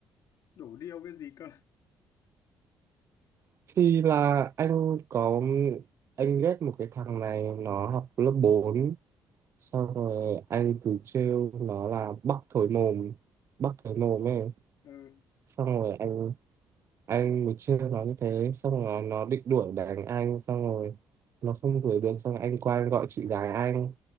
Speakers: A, on the left; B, on the right.
A: đổ điêu cái gì cơ.
B: <laughs> thì là anh có anh ghét một cái thằng này nó học lớp 4, xong rồi anh cứ trêu nó là bắc thối mồm bắc thối mồm ấy
A: Ừ,
B: xong rồi anh anh buổi trưa nó như thế xong rồi nó, nó định đuổi đánh anh xong rồi nó không đuổi được xong rồi anh qua anh gọi chị gái anh